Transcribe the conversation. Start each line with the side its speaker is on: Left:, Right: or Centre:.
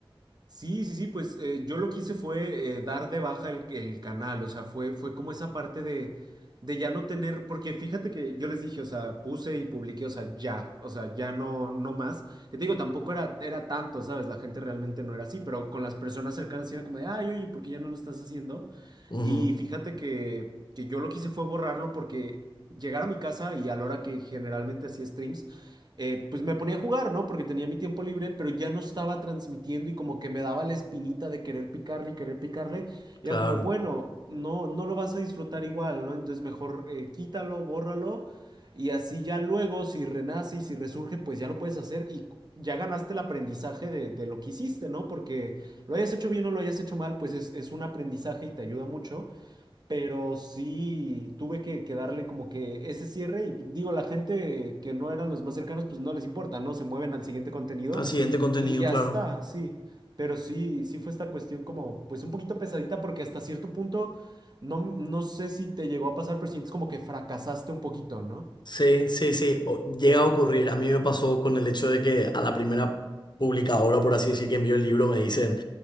Right: Sí, sí, sí, pues eh, yo lo que hice fue eh, dar de baja el, el canal, o sea, fue, fue como esa parte de, de ya no tener, porque fíjate que yo les dije, o sea, puse y publiqué, o sea, ya, o sea, ya no, no más. Que te digo, tampoco era, era tanto, ¿sabes? La gente realmente no era así, pero con las personas cercanas sí era como de, ay, oye, ¿por qué ya no lo estás haciendo?
Left: Ujú,
Right: Y fíjate que, que yo lo que hice fue borrarlo porque llegar a mi casa y a la hora que generalmente hacía streams, eh, pues me ponía a jugar, ¿no? Porque tenía mi tiempo libre, pero ya no estaba transmitiendo y como que me daba la espinita de querer picarle y querer picarle. Y
Left: claro.
Right: era como, bueno, no, no lo vas a disfrutar igual, ¿no? Entonces mejor eh, quítalo, bórralo y así ya luego, si renace y si resurge, pues ya lo puedes hacer y ya ganaste el aprendizaje de, de lo que hiciste, ¿no? Porque lo hayas hecho bien o lo hayas hecho mal, pues es, es un aprendizaje y te ayuda mucho. Pero sí tuve que, que darle como que ese cierre y digo, la gente que no eran los más cercanos, pues no les importa, ¿no? Se mueven al siguiente contenido
Left: Al siguiente contenido,
Right: y ya
Left: claro.
Right: está, sí. Pero sí, sí fue esta cuestión como, pues un poquito pesadita porque hasta cierto punto, no, no sé si te llegó a pasar, pero sientes como que fracasaste un poquito, ¿no?
Left: Sí, sí, sí, o- llega a ocurrir. A mí me pasó con el hecho de que a la primera publicadora, por así decir, que envió el libro, me dicen,